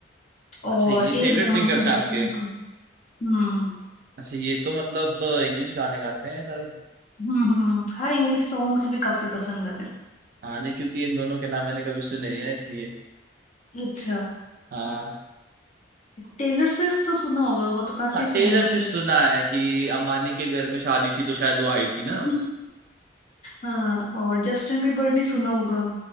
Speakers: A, on the left; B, on the right.
A: और
B: अच्छा ये
A: एक
B: फेवरेट
A: जमाना
B: सिंगर्स
A: में जस्टिन
B: हैं आपके
A: बीबर। हम्म
B: अच्छा ये तो मतलब इंग्लिश गाने गाते हैं सारे
A: हम्म हम्म हाँ इंग्लिश सॉन्ग्स भी काफी पसंद है मेरे
B: हाँ नहीं क्योंकि इन दोनों के नाम मैंने कभी सुने नहीं ना इसलिए
A: अच्छा
B: हाँ
A: टेलर स्विफ्ट तो सुना होगा वो तो काफी
B: हाँ
A: फेमस
B: टेलर स्विफ्ट
A: है
B: सुना है कि अम्बानी के घर में शादी थी तो शायद वो आई थी ना
A: <laughs> हाँ और जस्टिन बीबर भी सुना होगा